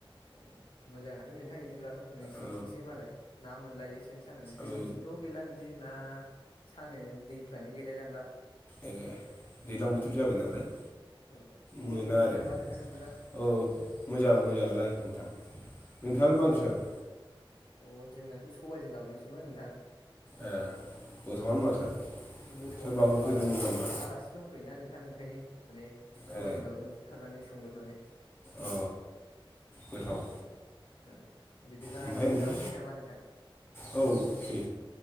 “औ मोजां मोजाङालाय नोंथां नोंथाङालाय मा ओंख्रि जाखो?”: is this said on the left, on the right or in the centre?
Left